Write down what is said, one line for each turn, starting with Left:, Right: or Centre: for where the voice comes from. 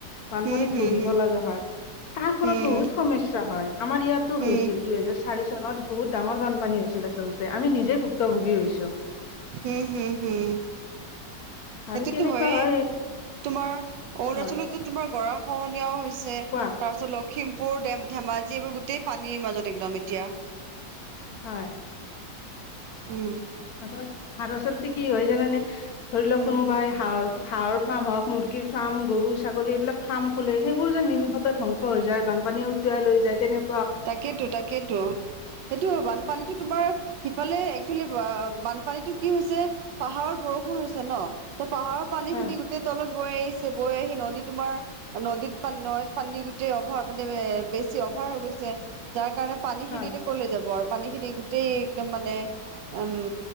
Left: বানপানীত
Right: হম হম
Left: ভোগিব
Right: হম
Left: লগা হয়। তাৰ ফলত
Right: হম
Left: বহুত সমস্যা হয় আমাৰ ইয়াতো
Right: হম
Left: হৈছিল দুইহেজাৰ চাৰি চনত বহুত ডাঙৰ বানপানী হৈছিল। ছিল আচলতে আমি নিজে ভুক্তভোগী হৈছো।
Right: হম হম হম
Left: আৰু
Right: সেইটোতো
Left: কেনেকুৱা
Right: হয়েই
Left: হয়
Right: তোমাৰ অৰুণাচলতো
Left: হয়
Right: তোমাৰ গৰা খহনীয়াও হৈছে
Left: কোৱা
Right: তাৰপিছত লক্ষ্মীমপুৰ ডেম-ধেমাজি এইবোৰ গোটেই পানীৰ মাজত একদম এতিয়া।
Left: হয়।
Right: উম,
Left: আৰু আৰু আচলতে কি হয় জানানে? ধৰি লওক
Right: উম
Left: কোনোবাই হাঁহৰ হাঁহৰ ফাৰ্ম হওক মুৰ্গী গীৰ ফাৰ্ম, গৰু ছাগলী এইবিলাক ফাৰ্ম খুললে সে বোৰ যেন নিমষতে ধ্বংস হৈ যায়, বানপানীয়ে উটুৱাই লৈ যায় তেনেকা
Right: তাকেইেতো, তাকেইেতো সেইটো বানপানীতটো তোমাৰ সিফালে একচেলি বানপানীতো কি হৈছে পাহাৰত বৰষুণ হৈছে ন' ত পাহাৰৰ পানী
Left: হয়
Right: খিনি গোটেই তলত বৈ আহিছে বৈ আহি নদী তোমাৰ নদীত পানী নৈদত পানী গোটেই অভাৱ মানে এ বেছি অভাৱ ভাৰ হৈ গৈছে, যাৰ কাৰণে পানী
Left: হয়
Right: খিনি ক--লে যাব আৰু পানী খিনি গোটেই একদম মানে উম,